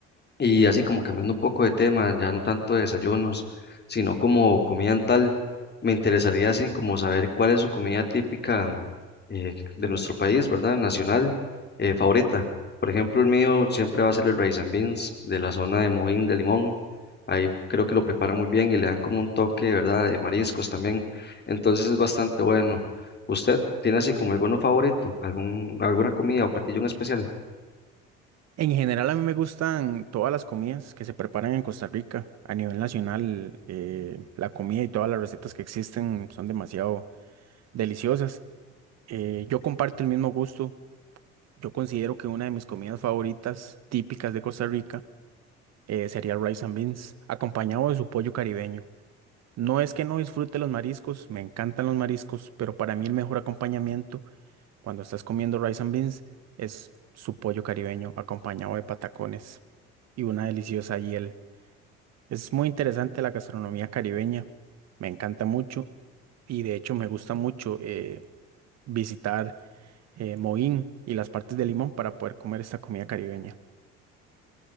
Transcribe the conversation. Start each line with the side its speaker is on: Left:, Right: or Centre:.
Left: Y así como cambiando un poco de tema, ya no tanto de desayunos, sino como comida en tal, me interesaría así como saber cuál es su comida típica mm, eh, de nuestro país, ¿verdad? Nacional, eh, favorita. Por ejemplo, el mío siempre va a ser el rice and beans de la zona de Moín de Limón. Ahí creo que lo preparan muy bien y le dan como un toque, ¿verdad? De mariscos también. Entonces es bastante bueno. ¿Usted tiene así como alguno favorito, algún, alguna comida o platillo en especial?
Right: En general, a mí me gustan todas las comidas que se preparan en Costa Rica a nivel nacional. eh, la comida y todas las recetas que existen son demasiado deliciosas. Eh, yo comparto el mismo gusto. Yo considero que una de mis comidas favoritas típicas de Costa Rica eh, sería el rice and beans, acompañado de su pollo caribeño. No es que no disfrute los mariscos, me encantan los mariscos, pero para mí el mejor acompañamiento cuando estás comiendo rice and beans, es su pollo caribeño acompañado de patacones y una deliciosa hiel. Es muy interesante la gastronomía caribeña, me encanta mucho y de hecho me gusta mucho eh, visitar eh, Moín y las partes de Limón para poder comer esta comida caribeña.